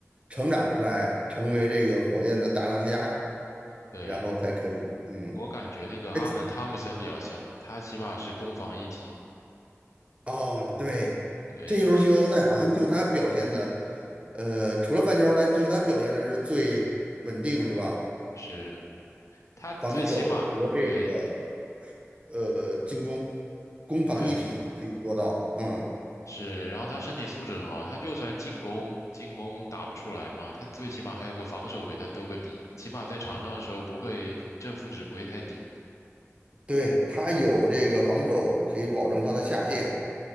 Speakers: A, on the right; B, on the left.
A: 成长出来，成为这个火箭的大当家，
B: 对，
A: 然后才可以。嗯，
B: 我感觉那个阿门汤普森比较像，
A: 哎，
B: 他起码是攻防一体，
A: 哦，对，
B: 对，
A: 这一轮季后赛好像就他表现的，
B: 是
A: 呃，除了范乔丹，就他表现的是最稳定，是吧？
B: 是，他最起码对
A: 防守和这个呃进攻，攻防一体可以做到。
B: 对
A: 嗯。
B: 是，然后他身体素质很好，他就算进攻进攻打不出来嘛，他最起码还有个防守给他兜个底，起码在场上的时候不会正负值不会太低。
A: 对，他有这个防守，可以保证他的下限，